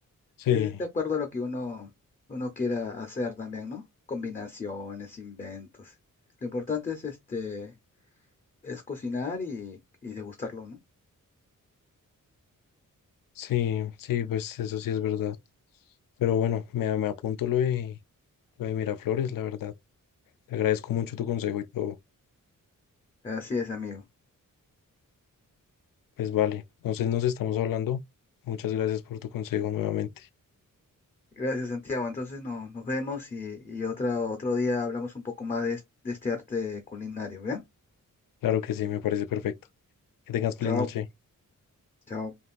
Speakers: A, on the left; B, on the left.
A: sí,
B: Es de acuerdo a lo que uno, uno quiera hacer también, ¿no? Combinaciones, inventos. Lo importante es este, es cocinar y, y degustarlo, ¿no?
A: sí, sí, pues eso sí es verdad. Pero bueno, me, me apunto lo de, lo de Miraflores, la verdad. Te agradezco mucho tu consejo y todo.
B: Así es, amigo.
A: Pues vale, entonces nos estamos hablando. Muchas gracias por tu consejo nuevamente.
B: Gracias, Santiago. Entonces no- nos vemos y, y otra, otro día hablamos un poco más de, es- de este arte culinario, ¿bien?
A: Claro que sí, me parece perfecto. Que tengas feliz
B: Chao,
A: noche.
B: chao.